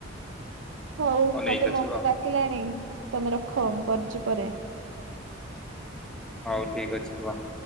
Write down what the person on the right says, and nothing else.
ହଉ
ମତେ ମମି
ଡାକିଲାଣି ତମେ ରଖ ମୁଁ କରିଛି ପରେ